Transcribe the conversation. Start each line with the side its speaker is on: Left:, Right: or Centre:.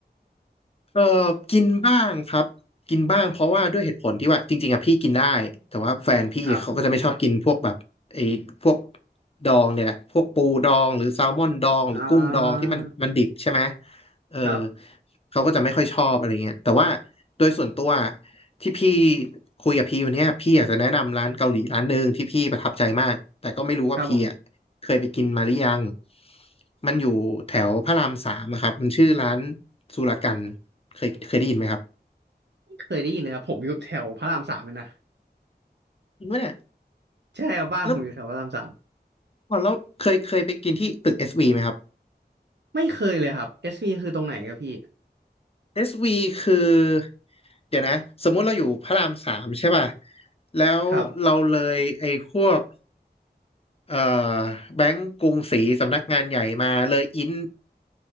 Left: เออกินบ้างครับกินบ้างเพราะว่าด้วยเหตุผลที่ว่าจริงๆอะพี่กินได้แต่ว่าแฟนพี่เขาก็จะไม่ชอบกินพวกแบบไอ้พวก
Right: ครับ
Left: ดองเนี่ยแหละพวกปูดองหรือแซลมอนดองหรือกุ้งดองที่มันมันดิบใช่ไหม
Right: อ่า
Left: เออ
Right: ครับ
Left: เขาก็จะไม่ค่อยชอบอะไรเงี้ยแต่ว่าโดยส่วนตัวที่พี่คุยกับพี่วันเนี้ยพี่อยากจะแนะนำร้านเกาหลีร้านหนึ่งที่พี่ประทับใจมากแต่ก็ไม่รู้ว่าพี่อะ
Right: ครับผม
Left: เคยไปกินมาหรือยังมันอยู่แถวพระรามสามอะครับมันชื่อร้านสุรกันเคยเคยได้ยินไหมครับ
Right: ไม่เคยได้ยินเลยครับผมอยู่แถวพระรามสามเลยนะ
Left: จริงปะเนี่ย
Right: ใช่ครับบ้านผมอยู่แถวพระรามสาม
Left: แล้วก่อนเราเคยเคยไปกินที่ตึก SV ไหมครับ
Right: ไม่เคยเลยครับเอสพีคือตรงไหนครับพี่
Left: SV คือเดี๋ยวนะสมมุติเราอยู่พระรามสามใช่ป่ะแล้วเราเลยไอ้พวก
Right: ครับ
Left: เอ่อแบงก์กรุงศรีสำนักงานใหญ่มาเลยอิน